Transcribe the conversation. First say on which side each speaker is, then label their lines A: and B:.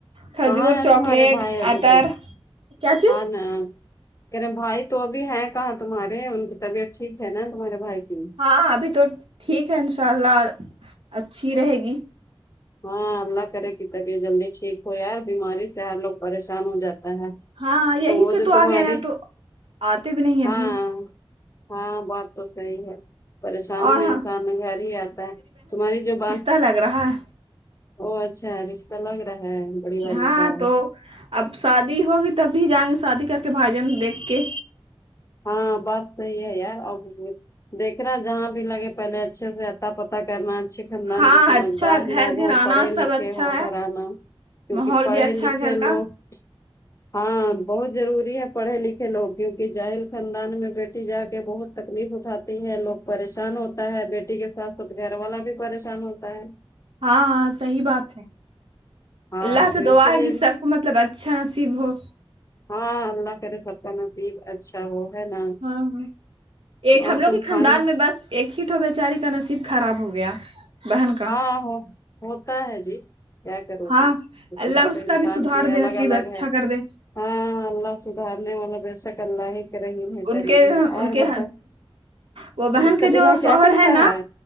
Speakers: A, on the right; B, on the left.
A: کھجور
B: کہاں ہے
A: چاکلیٹ
B: تمہارے بھائی ابھی
A: اتر
B: تو <unintelligible>
A: کیا چیز
B: کہے بھائی تو ابھی ہے کہاں تمہارے ان کی طبیعت ٹھیک ہے نا تمہارے بھائی کی
A: ہاں ابھی تو ٹھیک ہے ان شاء اللہ اچھی رہے گی
B: ہاں اللہ کرے کی طبیعت جلدی ٹھیک ہو یار بیماری سے ہر لوگ پریشان ہو جاتا ہے
A: ہاں یہیں
B: وہ
A: سے
B: جو
A: تو
B: تمہاری
A: آ گئے ہے تو آتے بھی نہیں
B: ہاں
A: ابھی
B: ہاں بات تو صحیح ہے پریشانی
A: اور
B: میں
A: ہاں
B: انسان گھر ہی آتا ہے تمہاری جو بات
A: ا لگ رہا ہے
B: او اچھا رشتہ لگ رہا ہے بڑھی والی
A: ہاں
B: کا
A: تو اب شادی ہوگی تب بھی جائیں گے شادی کر کے بھای جان دیکھ کے
B: ہاں بات صحیح ہے یار اب دیکھنا جہاں بھی لگے پہلے اچھے سے اتا پتا کرنا اچھے خاندان
A: ہاں
B: کے سمجھدار
A: اچھا گھر
B: لوگ ہوں
A: گھر آنا
B: پڑھے
A: سب
B: لکھے
A: اچھا
B: ہو
A: ہے
B: گھرانا کیونکہ
A: ماحول
B: پڑھے
A: بھی اچھا
B: لکھے
A: ہے گھر کا
B: لوگ ہاں بہت ضروری ہے پڑھے لکھے لوگ کیوںکہ جاہل خاندان میں بیٹی جا کے بہت تکلیف اٹھاتی ہے لوگ پریشان ہوتا ہے بیٹی کے ساتھ ساتھ گھر والا بھی پریشان ہوتا ہے
A: ہاں ہاں صحیح بات ہے
B: ہاں
A: اللہ سے
B: تو
A: دعا
B: اسی لیے
A: ہے کہ سب کو مطلب اچھا نصیب ہو
B: ہاں اللہ کرے سب کا نصیب اچھا ہو ہے نا
A: ہاں وہی ایک
B: اور
A: ہم لوگ
B: تم
A: ہی خاندان
B: کھانا
A: میں بس ایک ہی تو بے چاری کا نصیب خراب ہو گیا بہن کا
B: ہاں ہو ہوتا ہے جی کیا کرو
A: ہاں
B: گی قسمت
A: اللہ اس
B: تو
A: کا
B: انسان
A: بھی سدھار
B: کے
A: دے
B: الگ
A: نصیب
B: الگ
A: اچھا
B: ہے
A: کر دے
B: ہاں اللہ سدھارنے والا بیشک اللہ ہے رحیم ہے
A: ان
B: کریم
A: کے
B: ہے
A: ان
B: اور
A: کے
B: بتاو
A: وہ بہن
B: اس
A: کے
B: کا دلہا
A: جو شوہر
B: کیا کرتا
A: نا
B: ہے